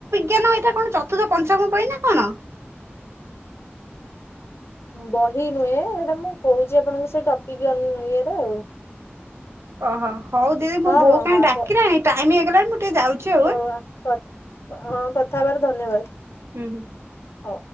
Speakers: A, on the right; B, on the left.
A: କେନ ଏଇଟା କଣ ଚତୁର୍ଥ ପଞ୍ଚମ ପାଇଁ ନା କଣ?
B: ବହି ନୁହେଁ ଏଇଟା ମୁଁ କହୁଛି ଆପଣଙ୍କୁ ସେଇ ଟପିକ ଅନ ଇଏର ଆଉ।
A: ଓହୋ। ହଉ ଦିଦି ମୋ
B: ହଁ
A: ବୋଉ
B: ହଁ
A: କାଇଁ
B: ହଁ
A: ଡ଼ାକିଲାଣି
B: ପ-
A: ଟାଇମ ହେଇଗଲାଣି ମୁଁ ଟିକେ ଯାଉଛି। ଆଉ।
B: ହଉ
A: ହୁଁ
B: ହଁ କଥ୍ ହଁ କଥା ହେବାରୁ ଧନ୍ୟବାଦ।
A: ହୁଁ ହୁଁ।
B: ହଉ।